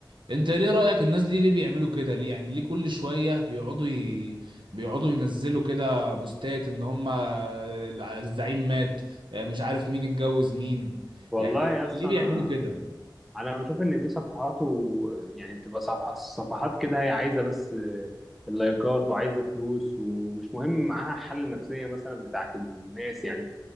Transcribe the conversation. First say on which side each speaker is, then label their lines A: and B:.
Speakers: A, on the right; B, in the centre.
A: انت ليه رأيك الناس دي ليه بيعملوا كده ليه يعني ليه كل شوية بيقعدوا ي... بيقعدوا ينزلوا كده بوستات ان هم الزعيم مات مش عارف مين اتجوز مين
B: والله
A: يعني
B: يا اسطى
A: ليه بيعملوا
B: انا
A: كده
B: انا بشوف ان دي صفحات و... يعني بتبقى صفح... صفحات كده هي عايزه بس آه، اللايكات وعايزه فلوس ومش مهم معاها الحاله النفسيه مثلا بتاعت الناس يعني